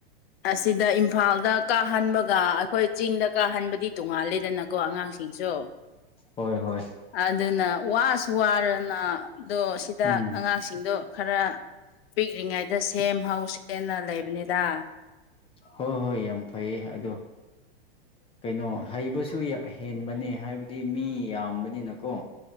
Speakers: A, on the left; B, on the left.
A: ꯑꯁꯤꯗ ꯏꯝꯐꯥꯜꯗ ꯀꯥꯍꯟꯕꯒ ꯑꯩꯈꯣꯏ ꯆꯤꯡꯗ ꯀꯥꯍꯟꯕꯗꯤ ꯇꯣꯡꯉꯥꯜꯂꯦꯗꯅꯀꯣ ꯑꯉꯥꯡꯁꯤꯡꯁꯨ
B: ꯍꯣꯏ ꯍꯣꯏ
A: ꯑꯗꯨꯅ ꯋꯥꯁꯨ ꯋꯥꯔꯅ ꯑꯗꫭꯁꯤꯗ
B: ꯎꯝ
A: ꯑꯉꯥꯡꯁꯤꯡꯗꯣ ꯈꯔ ꯄꯤꯛꯂꯤꯉꯩꯗ ꯁꯦꯝ ꯍꯧꯁꯦꯅ ꯂꯩꯕꯅꯤꯗ
B: ꯍꯣꯏ ꯍꯣꯏ ꯌꯥꯝ ꯐꯩ ꯑꯗꯣ ꯀꯩꯅꯣ ꯍꯩꯕꯁꯨ ꯌꯥꯏ ꯍꯦꯟꯕꯅꯦ ꯍꯥꯏꯕꯗꯤ ꯃꯤ ꯌꯥꯝꯕꯅꯤꯅꯀꯣ